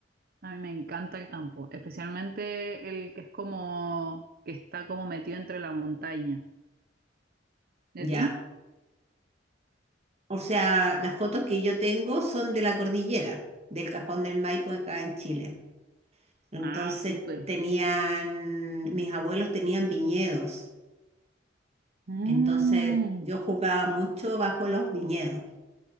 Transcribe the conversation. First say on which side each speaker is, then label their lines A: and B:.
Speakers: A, on the right (about 55°); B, on the right (about 35°).
A: A mí me encanta el campo, especialmente el que es como que está como metido entre la montaña. ¿De
B: Ya.
A: ti?
B: O sea, las fotos que yo tengo son de la cordillera, del Cajón del Maipo acá en Chile. Entonces
A: Ah, súper.
B: tenían, mis abuelos tenían viñedos,
A: Mm,
B: entonces yo jugaba mucho bajo los viñedos.